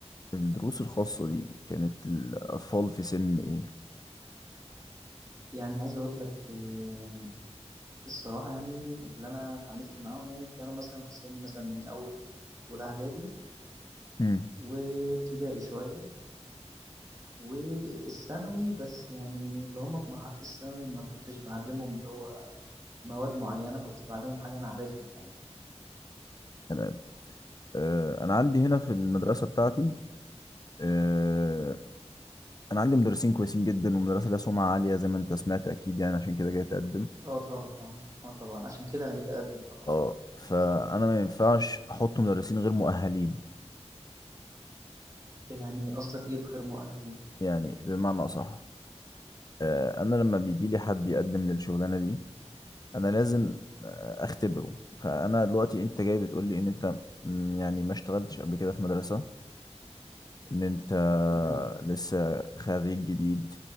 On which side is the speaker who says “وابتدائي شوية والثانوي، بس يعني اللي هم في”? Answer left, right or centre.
Right